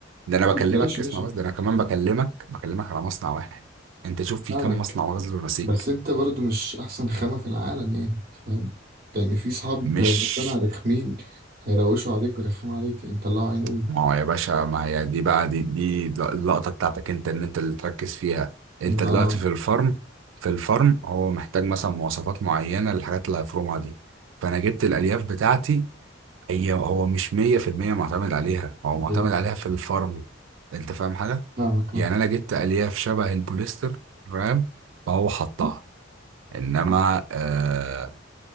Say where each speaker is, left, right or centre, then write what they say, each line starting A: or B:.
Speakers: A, on the right (about 75°); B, on the right (about 50°).
A: ده
B: في
A: أنا بكلمك
B: ماشي ماشي
A: اسمع بس ده انا كمان بكلمك بكلمك على مصنع واحد انت شوف في
B: فاهمك
A: كم مصنع غزل ونسيج
B: بس انت برضو مش احسن خامة في العالم يعني فاهم يعني في صحاب
A: مش
B: مقتنع رخمين هيروشوا عليك ويرخموا عليك يعني طلعوا عين امي
A: ما هو يا باشا ما هي دي بقى دي دي اللقطه بتاعتك انت ان انت اللي تركز فيها انت
B: اه
A: دلوقتي في الفرم في الفرم هو محتاج مثلا مواصفات معينه للحاجات اللي هيفرمها دي فانا جبت الالياف بتاعتي هي هو مش 100% معتمد عليها هو معتمد
B: طيب،
A: عليها في الفرم انت فاهم حاجه
B: فاهمك
A: يعني
B: آه.
A: انا جبت الياف شبه البوليستر فاهم فهو حطها انما آه